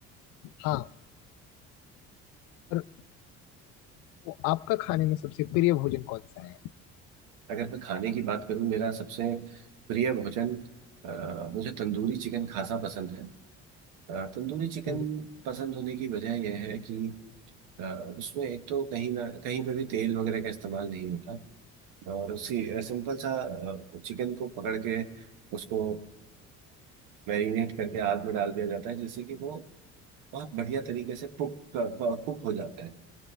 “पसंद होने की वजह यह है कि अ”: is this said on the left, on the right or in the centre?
Right